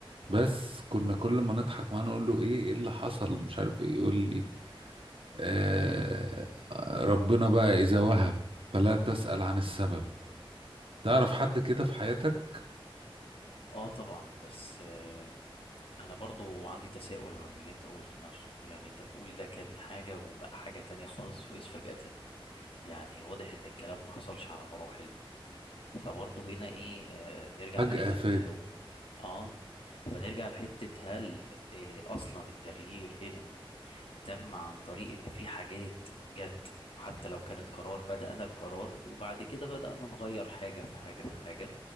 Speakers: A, on the right (about 70°); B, on the left (about 75°).
A: بس كنا كل ما نضحك معاه نقول له ايه ايه اللي حصل مش عارف ايه يقول لي آه ربنا بقى اذا وهب فلا تسأل عن السبب تعرف حد
B: مم.
A: كده في حياتك
B: اه طبعا بس آه، انا برضو عندي تساؤل عن اللي انت قلته نفسه يعني انت بتقول ده كان حاجة وبقى حاجة تانية خالص سويس فجأة يعني واضح ان الكلام ما حصلش على مراحل فبرضو هنا ايه آه، نرجع
A: فجأة
B: لحتة
A: فادي
B: هو اه فنرجع لحتة هل آه، اصلا التغيير هنا تم عن طريق ان في حاجات جت حتى لو كانت قرار بدأنا بقرار وبعد كده بدأنا نغير حاجة في حاجة في حاجة